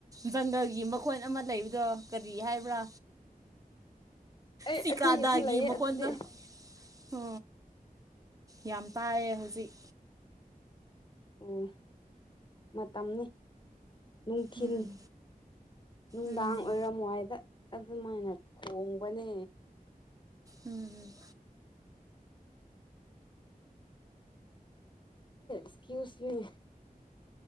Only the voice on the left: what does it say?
ꯑꯩ
ꯑꯩꯈꯣꯏꯒꯤꯁꯨ ꯂꯩꯌꯦ
ꯑꯗꯨꯗꯤ
ꯑꯣ ꯃꯇꯝꯅꯤꯅꯤ ꯅꯨꯡꯊꯤꯤꯟ
ꯅꯨꯡꯗꯥꯡ
ꯑꯣꯏꯔꯝꯃ ꯍꯥꯏꯗ ꯑꯗꯨꯃꯥꯏꯅ ꯈꯣꯡꯕꯅꯦ
ꯁꯀꯤꯁ ꯃꯤ